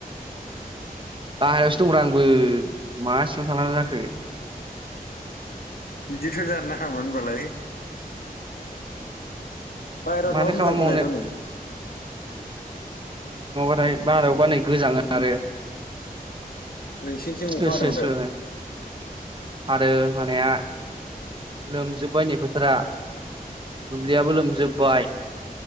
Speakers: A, on the right; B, on the left.
A: गाहायावसो दंरा आंबो मा सिङाव थां जाखो
B: बिदिथ' जानो नाङामोन होनबालाय बायेरायाव
A: माथो
B: थाबा
A: खालामबावनो
B: मोजां खोनायोथ' नै
A: ओमफ्राय बाहेरायाव बानाय गोजाङो आरो
B: नोंसिनिथिं
A: स
B: अखा हादों ओमफ्राय
A: स आरो हानाया
B: ए
A: लोमजोबाय नै फोथारा दुब्लियाबो लोमजोब <inaudible>